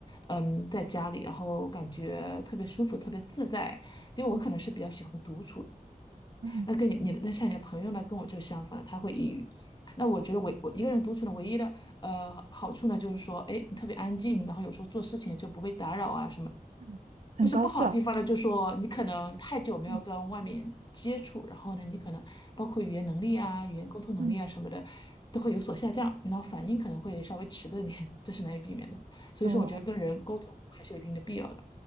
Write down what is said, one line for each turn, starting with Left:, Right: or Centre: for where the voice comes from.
Left: 嗯，在家里，然后感觉特别舒服，特别自在，因为我可能是比较喜欢。
Right: 嗯
Left: 独。
Right: 嗯
Left: 那跟你你那像你的朋友呢，跟我就相反了他会抑郁。那我觉得唯我一个人独处的唯一的呃好处呢，就是说，哎，你特别安静，然后有时候做事情就不被打扰啊什么。
Right: 嗯很高效。
Left: 但是不好的地方呢，就是说你可能太久没有跟外面接触，
Right: 嗯
Left: 然后呢，你可能包括语言能力啊、语言沟通能力啊什么的，
Right: 嗯
Left: 都会有所下降，然后反应可能会稍微迟钝一点，这是难以避免的。所以说，
Right: 哦，
Left: 我觉得跟人沟通还是有一定的必要的，